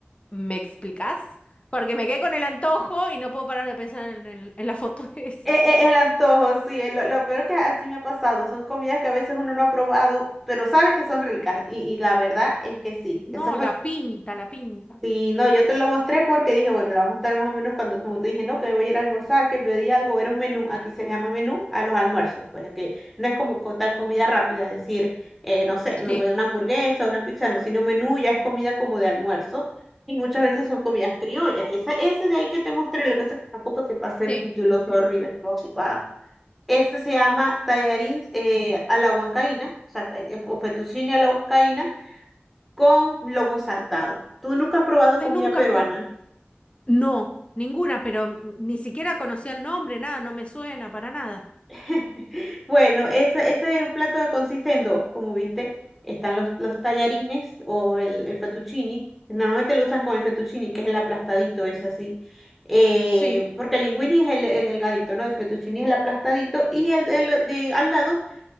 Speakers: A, on the left; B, in the centre.
A: me explicas, porque me quedé con el antojo y no puedo parar de pensar en, el- en la foto <laughs> esa.
B: e- e- el antojo, sí, lo, lo peor que así me ha pasado, son comidas que a veces uno no ha probado, pero sabe que son ricas y, y la verdad es que sí, eso
A: No,
B: fue
A: la pinta, la pinta.
B: Sí, no, yo te lo mostré porque dije, bueno, lo voy a mostrar más o menos cuando, como te dije, no, que me voy a ir a almorzar, que pedí algo, era un menú, aquí se le llama menú a los almuerzos, pues es que no es como co- tal comida rápida, es decir, eh, no sé, me
A: Sí,
B: puede una hamburguesa, una pizza, no, sino menú ya es comida como de almuerzo, y muchas veces son comidas criollas, esa, ese de ahí que te mostré, lo que pasa es que tampoco te pasé el
A: sí.
B: título, sorry, me estaba ocupada. Este se llama tallarines eh, a la huancaína, o sea, ta- o fettuccine a la huancaína con lomo saltado. Tú nunca has probado
A: Ay,
B: comida
A: nunca
B: peruana.
A: No, ninguna, pero mm, ni siquiera conocía el nombre, nada, no me suena para nada.
B: <laughs> Bueno, ese, ese plato consiste en dos, como viste. Están los, los tallarines o el, el fettuccini. Normalmente lo usan con el fettuccini, que es el aplastadito, es así. Eh,
A: Sí,
B: porque el linguini es el, el delgadito, ¿no? El fettuccini es el aplastadito y el, el de, al lado